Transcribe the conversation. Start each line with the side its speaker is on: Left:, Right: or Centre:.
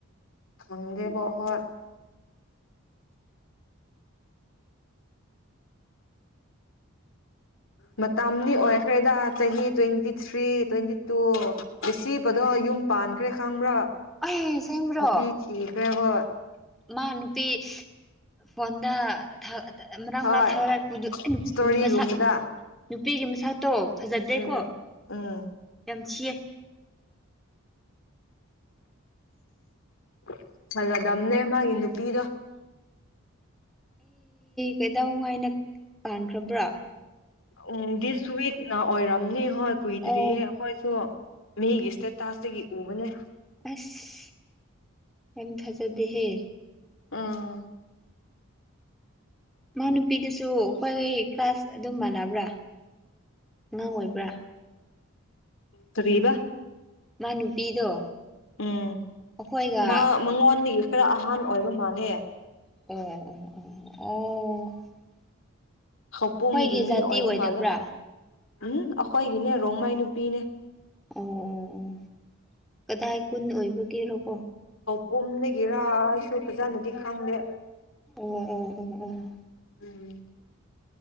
Left: ꯑꯗꯦꯕꯍꯣꯏ ꯃꯇꯝꯗꯤ ꯑꯣꯏꯈ꯭ꯔꯦꯗ ꯆꯍꯤ ꯇ꯭ꯋꯦꯟꯇꯤ ꯊ꯭ꯔꯤ ꯇ꯭ꯋꯦꯟꯇꯤ ꯇꯨ ꯁꯤꯕꯗꯣ ꯌꯨꯝ ꯄꯥꯟꯈ꯭ꯔꯦ ꯈꯪꯕ꯭ꯔꯥ
Centre: ꯑ ꯁꯦꯝꯕ꯭ꯔꯣ
Left: ꯅꯨꯄꯤ ꯊꯤꯈ꯭ꯔꯦ ꯍꯣꯏ
Centre: ꯃꯥ ꯑꯅꯄꯤ ꯐꯣꯟꯗ ꯃꯛ
Left: ꯍꯣꯏ
Centre: ꯃꯔꯛ ꯊꯥꯛꯄꯗꯨ
Left: ꯏꯁꯇꯣꯔꯤꯒꯨꯝꯕꯗ
Centre: ꯃꯁꯛ ꯅꯨꯄꯤꯒꯤ ꯃꯁꯇꯣ ꯐꯖꯗꯦꯀꯣ
Left: ꯎꯝ ꯎꯝ
Centre: ꯌꯥꯝ ꯊꯤꯌꯦ
Left: <inaudible> ꯁꯂꯗꯝꯗꯝꯅꯦ ꯃꯥꯒꯤ ꯅꯨꯄꯤꯗꯣ
Centre: ꯀꯩꯗꯧꯉ ꯍꯥꯏꯅ ꯀꯥꯟꯈ꯭ꯔꯕ꯭ꯔꯥ
Left: ꯎꯝ ꯁ ꯎꯋꯤꯛ ꯅ ꯑꯣꯔꯝ <unintelligible> ꯍꯣꯏ ꯀꯨꯏꯗ꯭ꯔꯤ
Centre: ꯑꯣ
Left: ꯑꯩꯈꯣꯏꯁꯨ ꯃꯤꯒꯤ ꯏꯁꯇꯦꯇꯥꯁꯇꯒꯤ ꯎꯕꯅꯦ <inaudible>
Centre: ꯑꯁ ꯌꯥꯝ ꯊꯥꯖꯗꯦꯍꯦ
Left: ꯎꯝ
Centre: ꯃꯥ ꯅꯨꯄꯤꯗꯨꯁꯨ ꯑꯩꯈꯣꯏ ꯀ꯭ꯂꯥꯁ ꯑꯗꯨꯝ ꯃꯥꯟꯅꯕ꯭ꯔꯥ ꯑꯉꯥꯡ ꯑꯣꯏꯕ꯭ꯔꯥ
Left: ꯇꯔꯤꯕ
Centre: ꯃꯥꯅ ꯅꯨꯄꯤꯗꯣ
Left: ꯎꯝ
Centre: ꯑꯩꯈꯣꯏꯒ
Left: ꯃꯥ ꯃꯉꯣꯟꯗꯒꯤ ꯈꯔ ꯑꯍꯥꯟ ꯑꯣꯏꯕ ꯃꯥꯜꯂꯦ
Centre: ꯑꯣ ꯑꯣ ꯑꯣ ꯑꯣ
Left: ꯈꯧꯄꯨꯝꯒꯤ
Centre: ꯑꯩꯈꯣꯏꯒꯤ
Left: ꯃꯤ
Centre: ꯖꯥꯇꯤ
Left: ꯑꯣꯏꯕ
Centre: ꯑꯣꯏꯗꯕ꯭ꯔꯥ
Left: ꯃꯥꯜꯂꯦ ꯎꯝ ꯑꯩꯈꯣꯏꯒꯤꯅꯦ ꯔꯣꯡꯃꯥꯏ ꯅꯨꯄꯤꯅꯦ
Centre: ꯑꯣ ꯑꯣ ꯑꯣ ꯀꯗꯥꯏ ꯈꯨꯨꯟ ꯑꯣꯏꯕꯒꯦꯔꯔꯕꯣ
Left: ꯄꯨꯝꯗꯒꯤꯔꯥ ꯑꯩꯁꯨ ꯐꯖꯅꯗꯤ ꯈꯪꯗꯦ
Centre: ꯎꯝ ꯎꯝ ꯎꯝ ꯎꯝ
Left: ꯎꯝ